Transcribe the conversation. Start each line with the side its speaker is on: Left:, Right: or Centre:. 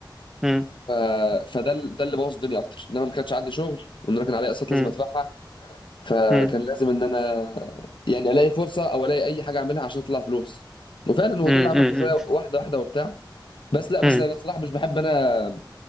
Centre: مم.
Left: ف- فده ال- ده اللي بوظ الدنيا اكتر ان انا ما كانش عندي شغل وان انا كان عليا قسط لازم
Centre: مم.
Left: ادفعها فكان
Centre: مم.
Left: لازم ان انا يعني الاقي فرصه او الاقي اي حاجه اعملها عشان اطلع فلوس وفعلا هو
Centre: مم.
Left: ده اللي عملته
Centre: مم.
Left: شويه واحده واحده وبتاع بس لا بس
Centre: مم.
Left: انا بصراحه مش بحب انا